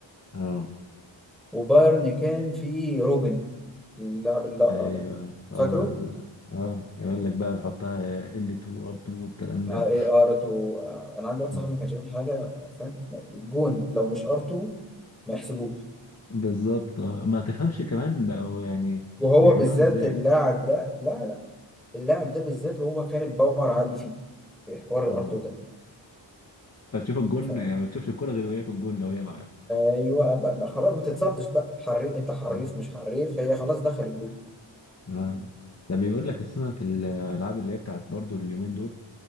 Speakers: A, on the left; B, in the centre.
A: اه
B: وبايرن كان فيه روبن اللاعب الأقرع
A: ايوه
B: ده
A: اه
B: فاكره؟
A: ال- اه يقول لك بقى تحطها L2 R2 والكلام ده
B: اه ايه ار 2 انا عندي واحد
A: مم.
B: صاحبي ما كانش يعمل حاجه فاهم الجون لو مش ار 2 ما يحسبوش
A: بالظبط آه. ما تفهمش كمان بقوا يعني
B: وهو
A: بيعملوها
B: بالذات
A: ازاي
B: اللاعب ده لا لا اللاعب ده بالذات هو كان الباور عالي فيه في حوار
A: اه
B: الار 2 ده
A: فتشوف الجون
B: ف-
A: يعني ما تشوفش الكرة غير وهي في الجون لو هي معاه
B: ايوه بقى ما خلاص ما تتصدش بقى حريف انت حريف
A: اه
B: مش حريف هي خلاص دخل الجون
A: اه ده بيقول لك السنة في الألعاب اللي هي بتاعت برضو اليومين دول